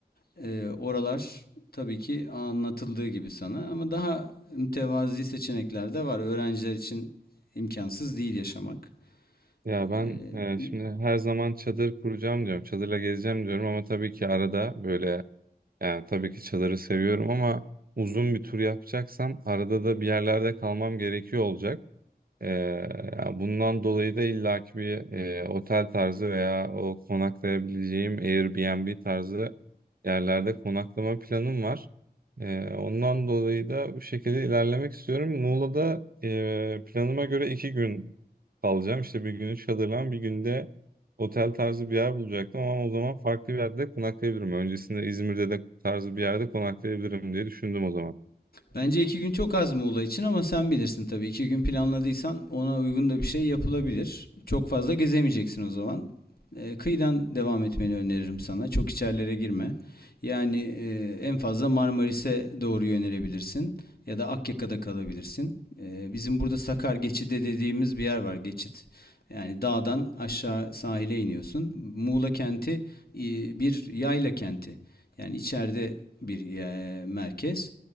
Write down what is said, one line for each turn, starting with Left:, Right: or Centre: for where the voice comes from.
Left: E, oralar tabii ki anlatıldığı gibi sana ama daha mütevazi seçenekler de var. Öğrenciler için imkansız değil yaşamak.
Right: Ya
Left: E,
Right: ben e, şimdi her zaman çadır kuracağım diyorum. Çadırla gezeceğim diyorum ama tabii ki arada böyle yani tabii ki çadırı seviyorum ama uzun bir tur yapacaksam arada da bir yerlerde kalmam gerekiyor olacak. Ee, yani bundan dolayı da illaki bir e, otel tarzı veya o konaklayabileceğim Airbnb tarzı yerlerde konaklama planım var. Ee, ondan dolayı da bu şekilde ilerlemek istiyorum. Muğla'da e, planıma göre iki gün kalacağım. İşte bir günü çadırlan, bir günde otel tarzı bir yer bulacaktım ama o zaman farklı bir yerde konaklayabilirim. Öncesinde İzmir'de de tarzı bir yerde konaklayabilirim diye düşündüm o zaman.
Left: Bence iki gün çok az Muğla için ama sen bilirsin tabii. İki gün planladıysan ona uygun da bir şey yapılabilir. Çok fazla gezemeyeceksin o zaman. Ee, kıyıdan devam etmeni öneririm sana. Çok içerilere girme. Yani e, en fazla Marmaris'e doğru yönelebilirsin. Ya da Akyaka'da kalabilirsin. Ee, bizim burada Sakar Geçidi dediğimiz bir yer var. Geçit. Yani dağdan aşağı sahile iniyorsun. Muğla kenti e, bir yayla kenti. Yani içeride bir e, merkez.